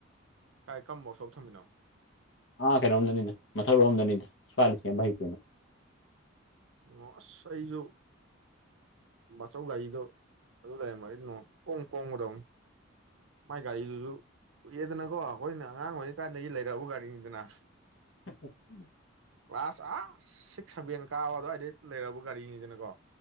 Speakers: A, on the right (about 70°); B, on the left (about 65°).
A: ꯀꯥꯏ ꯀꯔꯝꯕ ꯋꯥꯛꯁꯣꯞ ꯊꯝꯃꯤꯅꯣ꯫
B: ꯑꯥ ꯀꯩꯅꯣꯝꯗꯅꯤꯅ ꯃꯊꯥꯛꯔꯣꯝꯗꯅꯤꯗ ꯁ꯭ꯋꯥꯏꯗ ꯁꯦꯝꯕ ꯍꯩꯇꯦꯅ꯫
A: ꯑꯣ ꯑꯁ ꯑꯩꯁꯨ꯫ ꯃꯆꯧ ꯒꯥꯔꯤꯗꯣ ꯑꯗꯨ ꯂꯩꯔꯝꯃꯗꯤ ꯅꯣꯡ ꯏꯀꯣꯝ ꯀꯣꯝꯒꯗꯧꯅꯤ꯫ ꯃꯥꯏ ꯒꯥꯔꯤꯗꯨꯁꯨ ꯀꯨꯏꯔꯦꯗꯅꯀꯣ ꯑꯩꯈꯣꯏꯅ ꯑꯉꯥꯡ ꯑꯣꯏꯔꯤꯀꯥꯟꯗꯒꯤ ꯂꯩꯔꯛꯑꯕ ꯒꯥꯔꯤꯅꯤꯗꯅ꯫
B: <unintelligible>
A: ꯀ꯭ꯂꯥꯁ ꯑꯥ ꯁꯤꯛꯁ ꯁꯚꯦꯟ ꯀꯥꯕ ꯑꯗꯨꯋꯥꯏꯗꯩ ꯂꯩꯔꯕ ꯒꯥꯔꯤꯅꯤꯗꯅꯀꯣ꯫